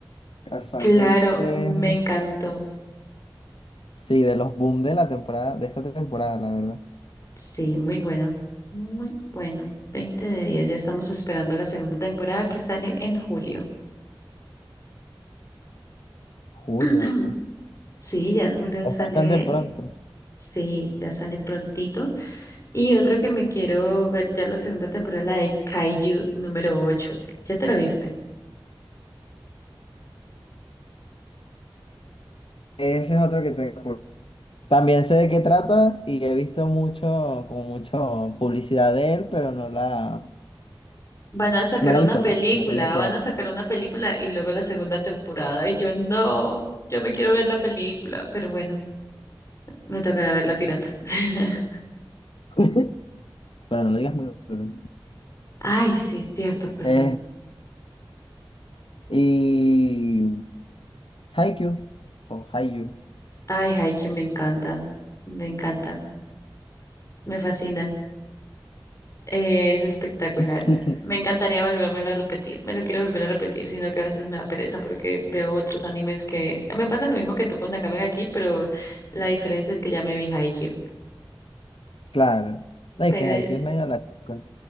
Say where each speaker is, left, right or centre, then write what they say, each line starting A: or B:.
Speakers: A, on the left; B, on the left.
A: casualmente.
B: Claro, me encantó.
A: Sí, de los boom de la temporada, de esta temporada, la verdad.
B: Sí, muy bueno, muy bueno. veinte de diez ya estamos esperando la segunda temporada que sale en julio.
A: Julio,
B: <clears throat> Sí, ya en julio
A: es
B: sale,
A: bastante pronto.
B: sí, ya sale prontito. Y otro que me quiero ver ya la segunda temporada, la de Kaiju número ocho ¿Ya te la viste?
A: Ese es otro que tengo. por- También sé de qué trata y he visto mucho, como mucho publicidad de él, pero no la,
B: Van a sacar
A: no la
B: una
A: he visto.
B: película,
A: pues. No tenía ese.
B: van a sacar una película y luego la segunda temporada. Y yo no, yo me quiero ver la película, pero bueno, me tocará ver la pirata. <laughs>
A: <laughs> Pero no lo digas muy. duro.
B: Ay, sí, cierto, perdón.
A: Eh, y Haikyuu o Haikyuu.
B: Ay, Haikyuu me encanta, me encanta, me fascina. Eh, es espectacular.
A: <laughs>
B: Me encantaría volvérmelo a repetir. Me lo quiero volver a repetir, sino que a veces me da pereza porque veo otros animes que... Me pasa lo mismo que tú con Nakame ga Kill, pero la diferencia es que ya me vi Haikyuu.
A: Claro. No, es
B: Pero
A: que Haikyuu es medio larguito.